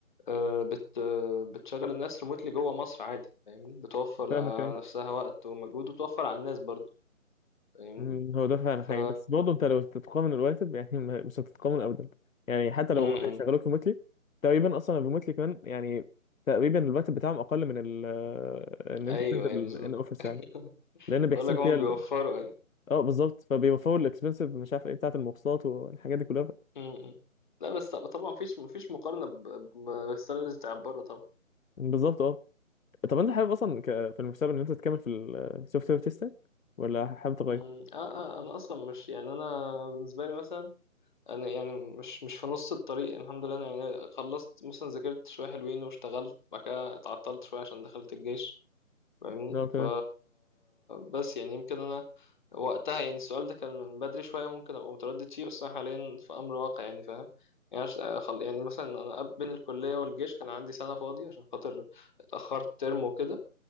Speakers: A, on the left; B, on the left.
A: آه، بت آه، بتشغل الناس ريموتلي جوه مصر عادي فاهمني بتوفر
B: فاهمك
A: على
B: ايه
A: نفسها وقت ومجهود وبتوفر على الناس برضه فاهمني
B: مم، هو ده فعلا
A: ف
B: حقيقي بس برضه انت لو تتقامن الراتب يعني ما- مش هتتقامن ابدا يعني حتى
A: م-
B: لو
A: م.
B: هو هيشغلوك ريموتلي تقريبا اصلا الريموتلي كمان يعني تقريبا الراتب بتاعهم اقل من ال آه، ان انت
A: ايوه
B: تنزل
A: ايوه بالظبط
B: ان اوفيس
A: <laughs>
B: يعني لان بيحسبوا
A: بقول لك هما
B: فيها
A: بيوفروا أيوه.
B: اه بالظبط فبيوفروا الاكسبنسيف مش عارف ايه بتاعة المواصلات والحاجات دي كلها
A: امم لا بس طب- طبعا مفيش مفيش مقارنة ب- ب- بالسالاريز بتاع بره طبعا
B: بالظبط اه طب انت حابب اصلا ك... في المستقبل ان انت تكمل في السوفت وير تيستنج ولا حابب تغير؟
A: امم اه اه انا اصلا مش يعني انا بالنسبة لي مثلا انا يعني مش مش في نص الطريق الحمد لله انا يعني خلصت مثلا ذاكرت شوية حلوين واشتغلت بعد كده اتعطلت شوية عشان دخلت الجيش فاهمني
B: لا تمام
A: ف بس يعني يمكن انا وقتها يعني السؤال ده كان من بدري شويه ممكن ابقى متردد فيه بس انا حاليا في امر واقع يعني فاهم يعني عش- خل- يعني مثلا انا قبل- بين الكليه والجيش كان عندي سنه فاضيه عشان خاطر اتاخرت ترم وكده